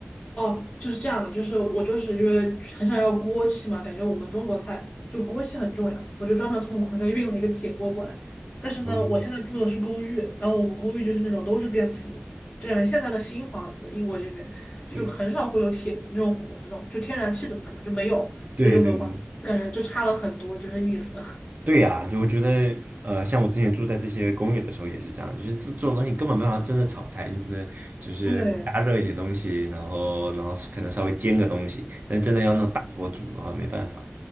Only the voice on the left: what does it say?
哦，就是这样的，就是我就是因为很想要锅气嘛，感觉我们中国菜就锅气很重要，我就专门从国内运了一个铁锅过来。但是呢，
我现在住的是公寓，然后我们公寓就是那种都是电磁炉，就感觉现在的新房子，英国这边就很少会有铁那种火的那种，
就天然气的那种嘛，就没有，
所以就没有办法，感觉就差了很多，就是意思。<laughs>
对，